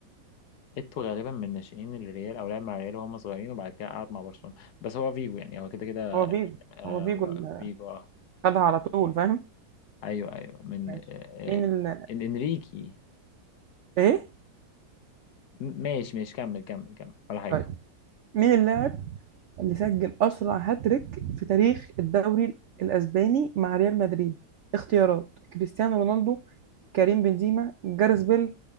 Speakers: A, on the left; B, on the right.
A: إيتو غالبا من ناشئين الريال أو لعب مع الريال وهم صغيرين وبعد كده قعد مع برشلونة بس هو فيجو يعني هو كده كده
B: هو فيجو
A: آه
B: هو فيجو
A: هو
B: اللي
A: فيجو آه
B: خدها على طول فاهم
A: ايوه ايوه من
B: ماشي
A: آه، آه،
B: مين ال
A: إن- انريكي
B: ايه
A: م- ماشي ماشي كمل كمل كمل ولا حاجه
B: طيب مين اللاعب اللي سجل أسرع هاتريك في تاريخ الدوري الأسباني مع ريال مدريد اختيارات كريستيانو رونالدو كريم بنزيما جارس بيل